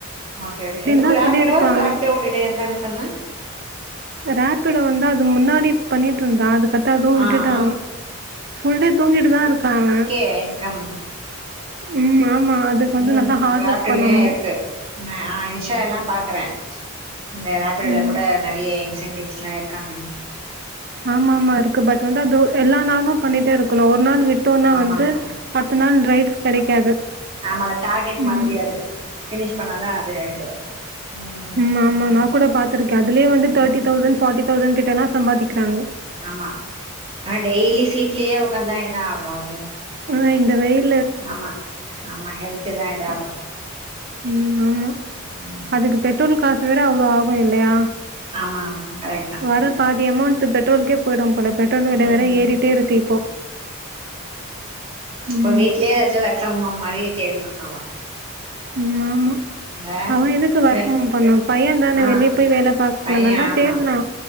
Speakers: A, on the right (about 25°); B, on the right (about 45°).
A: ஓகே ஓகே எங்க
B: தா
A: ராபிடோ
B: சொல்லியிருக்கா
A: ராபிடோ ஒட்டிட்டே இருந்தான்னு சொன்ன
B: ராபிடோ வந்து அது முன்னாடி பண்ணிட்ருந்தா அது கட் ப்ப அதுவு விட்டுட்டா
A: ஆ ஆ
B: அவ புல் டே தூங்கிட்டு தா இருக்கா அவெ
A: ஏகம்
B: ம் ஆமா அதுக்கு
A: ம்
B: வந்து நல்லா ஹார்ட்
A: ராப்டர்லயு
B: ஒர்க் பண்ணணு
A: இருக்கு நா இன்ஸ்டாலா பாக்குற இந்த ராபிடோ ல
B: ம்
A: கூட நெறைய இன்சென்டிவ்ஸ் எல்லா இருக்காங்க
B: ஆமா ஆமா இருக்கு பட் வந்து அதோ எல்லா நாளு பண்ணிட்டே இருக்கணு ஒரு நாள் விட் டோனா
A: ஆமா
B: வந்து
A: ஆமா
B: பத்த நாள் ரைட்ஸ் கெடைக்காது
A: ஆமால டார்கெட்
B: ம்.
A: மாதிரி அது ஃபினிஷ் பண்ணாதா அது இது ம்
B: மாமா நா கூட பாத் துருக்க அதுலயே வந்து தேட்டி
A: ம்
B: தௌசண் ஃபாட்டி தௌசண் கிட்டல்லா சாம்பாதிக்றாங்க
A: ஆமா ஆ டெய்லி சீட்லேயே உக்காந்தா என்ன ஆகு அது
B: அ இந்த வெய்ல்
A: ஆமா ஆமா ஹெல்த்து தா இதாகு
B: உம் ஆமா
A: ம்
B: அதுக்கு பெட்ரோல் காசு வேற அவ்ளோ ஆகு இல்லையா
A: ஆமா ஆமா கரெட் தா
B: வர பாதி அமௌண்ட் பெட்ரோல்க்கே போயிடும் போல பெட்ரோல் வெல
A: ம்
B: வேற ஏறிட்டே இருக்கு இப்போ
A: அப்ப
B: ம்.
A: வீட்லயே எதாச்சு ஒர்க் ஃப்ரம் ஹோம் மாரி தேட்னு அவ
B: ம் ஆமா
A: இல்ல
B: அவ எதுக்கு ஒர்க் ஹோம் பண்ணோ பைய தான
A: ஆ
B: வெளியே போய் வேல பாக்குனு
A: பைய
B: நல்லா
A: ஆமா
B: தேட்னு